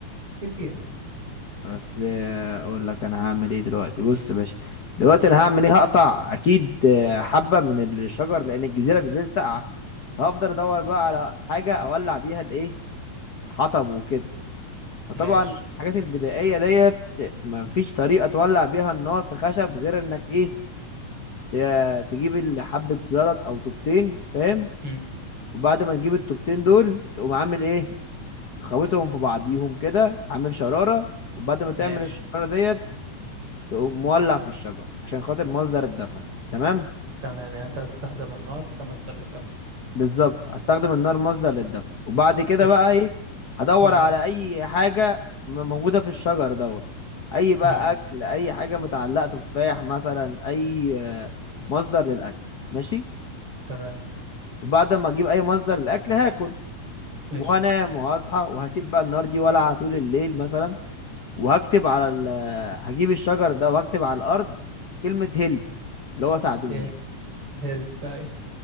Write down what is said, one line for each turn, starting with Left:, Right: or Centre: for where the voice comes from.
Right: جزيرة
Left: بس آه، اقول لك انا هعمل ايه دلوقتي بص يا باشا دلوقتي
Right: مم.
Left: انا هعمل ايه هقطع اكيد آه، حبة من الشجر لان الجزيرة بالليل ساقعة فهفضل ادور بقى على حاجة اولع بيها الايه حطب وكده فطبعا
Right: ماشي
Left: في الحاجات البدائية ديت مفيش طريقة تولع بيها النار في خشب غير انك ايه ت- تجيب حبة زلط او طوبتين فاهم
Right: مم.
Left: وبعد ما تجيب الطوبتين دول تقوم عامل ايه خوتهم في بعضيهم كده عامل شرارة وبعد ما تعمل
Right: ماشي
Left: الشرارة ديت تقوم مولع في الشجر عشان خاطر مصدر الدفع تمام
Right: تمام يعني انت هتستخدم النار كمصدر للدفع
Left: بالظبط هستخدم النار مصدر للدفع وبعد كده
Right: قشطة
Left: بقى ايه هدور
Right: امم
Left: على اي حاجة م- موجودة في الشجر دوت اي بقى
Right: امم
Left: اكل اي حاجة متعلقة تفاح مثلا اي آه، مصدر للاكل ماشي
Right: تمام
Left: وبعد ما اجيب اي مصدر للاكل هاكل
Right: قشطة
Left: وهنام وهصحى وهسيب بقى النار دي ولعة طول الليل مثلا وهكتب على ال... هجيب الشجر ده وهكتب على الارض كلمة هيلب اللي هو ساعدوني
Right: هيل
Left: يعني
Right: هيلب اي